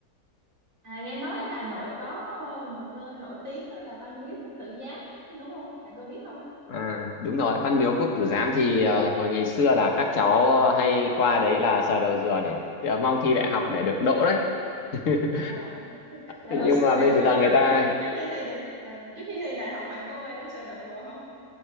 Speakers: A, on the right; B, on the left.
A: À, nghe nói Hà Nội có ờ, một nơi nổi tiếng đó là Văn Miếu Quốc Tử Giám đúng không? Bạn có biết không?
B: à đúng rồi Văn Miếu Quốc Tử Giám thì ờ, hồi ngày xưa là các cháu hay qua đấy là sờ đầu rùa để, để mong thi đại học để được đỗ đấy <laughs>
A: À, vậy
B: nhưng
A: hồi xưa
B: mà
A: bạn
B: bây giờ
A: có
B: người ta
A: trước trước khi thi đại à, trước khi thi đại học bạn có qua đó sờ đầu rùa không?